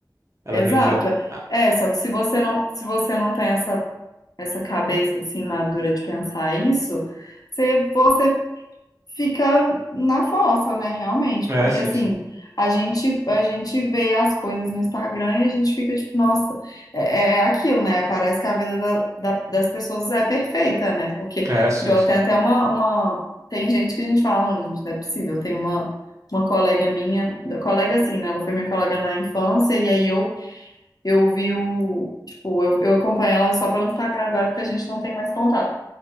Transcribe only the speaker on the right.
Ela
vem de outro. Ah,
É,
sim,
sim.
É, sim,
sim.